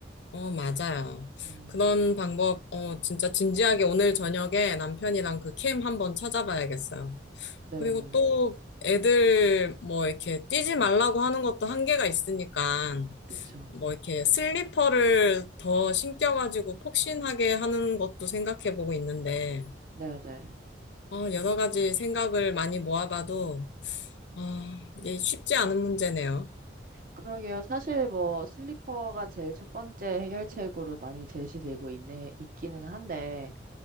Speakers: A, on the left; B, on the right.
A: 어, 맞아요.
B: 음.
A: 그런 방법, 어, 진짜 진지하게 오늘 저녁에 남편이랑 그 캠 한번 찾아봐야겠어요.
B: 네.
A: 그리고 또 애들 뭐 이렇게 뛰지 말라고 하는 것도 한계가 있으니까
B: 그쵸.
A: 뭐 이렇게 슬리퍼를 더 신겨가지고 폭신하게 하는 것도 생각해보고 있는데,
B: 네, 네.
A: 어, 여러 가지 생각을 많이 모아봐도 아, 이게 쉽지 않은 문제네요.
B: 그러게요. 사실 뭐 슬리퍼가 제일 첫 번째 해결책으로 많이 제시되고 있네 있기는 한데